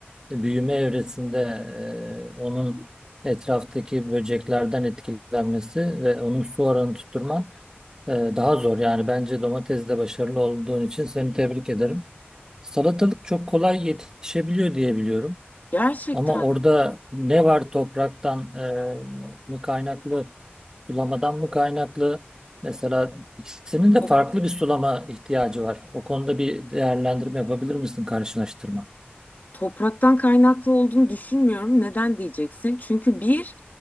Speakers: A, on the right; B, on the left.
A: büyüme evresinde e, onun etraftaki böceklerden etkilenmesi ve onun su oranı tutturman ee, Daha zor yani bence domatesde başarılı olduğun için seni tebrik ederim. Salatalık çok kolay yetişebiliyor diye biliyorum.
B: Gerçekten
A: Ama orada ne var topraktan e, mı kaynaklı, sulamadan mı kaynaklı? Mesela ikisinin de
B: to-
A: farklı bir sulama ihtiyacı var. O konuda bir değerlendirme yapabilir misin, karşılaştırma?
B: topraktan kaynaklı olduğunu düşünmüyorum. Neden diyeceksin? Çünkü bir,